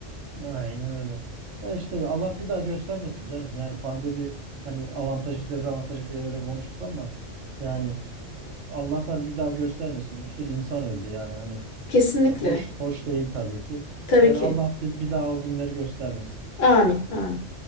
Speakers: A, on the right; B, on the left.
A: Aynen öyle. Ya işte Allah bir daha göstermesin canım. Yani pandemi hani avantajı dezavantajı diye öyle konuştuk ama yani Allah Allah'tan bir daha göstermesin. Bir sürü insan öldü yani hani
B: Kesinlikle.
A: e, hoş hoş değil tabii ki.
B: Tabii
A: Yani
B: ki.
A: Allah bir, bir daha o günleri göstermesin.
B: Amin, amin.